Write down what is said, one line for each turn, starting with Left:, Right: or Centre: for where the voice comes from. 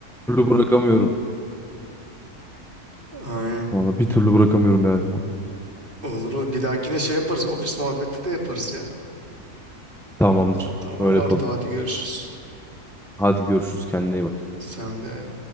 Centre: türlü bırakamıyorum.
Right: Aynen.
Centre: Vallahi bir türlü bırakamıyorum ya.
Right: Olur olur. Bir dahakine şey yaparız. Ofis muhabbeti de yaparız ya.
Centre: Tamamdır.
Right: Tamam
Centre: Öyle
Right: Bartu
Centre: yapalım.
Right: hadi görüşürüz.
Centre: Hadi görüşürüz. Kendine iyi bak.
Right: Sen de.